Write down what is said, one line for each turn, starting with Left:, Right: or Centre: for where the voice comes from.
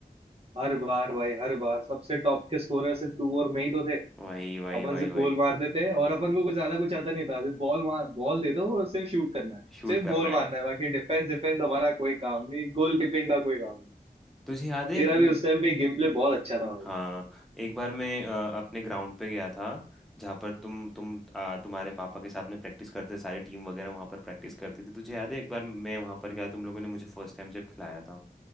Right: हर बार भाई हर बार सबसे टॉप के स्कोरर से तू और मैं ही तो थे
Centre: वही वही
Right: अपन
Centre: वही
Right: सिर्फ
Centre: वही
Right: गोल मार देते हैं और अपन को कुछ ज्यादा कुछ आता नहीं था सिर्फ बॉल मार बॉल दे दो और सिर्फ शूट करना है
Centre: शूट
Right: सिर्फ
Centre: करना
Right: गोल मारना
Centre: है
Right: है बाकी डिफेंस डिफेंस हमारा कोई काम नहीं गोल कीपिंग का कोई काम नहीं
Centre: तुझे याद है
Right: तेरा
Centre: वो
Right: भी उस टाइम पे गेम प्ले बहुत अच्छा था भाई
Centre: हाँ एक बार मैं अ, अपने ग्राउंड पे गया था जहाँ पर तुम तुम अ, तुम्हारे पापा के साथ में प्रैक्टिस करते थे, सारी टीम वगैरह वहाँ पर प्रैक्टिस करती थी तुझे याद है एक बार मैं वहाँ पर गया तुम लोगों ने मुझे फर्स्ट टाइम जब खिलाया था